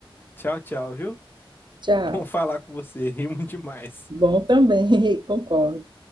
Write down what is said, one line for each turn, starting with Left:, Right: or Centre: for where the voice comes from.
Left: Tchau, tchau, viu?
Right: Tchau.
Left: Bom falar com você. <laughs> Rimo demais.
Right: Bom também, <laughs> concordo.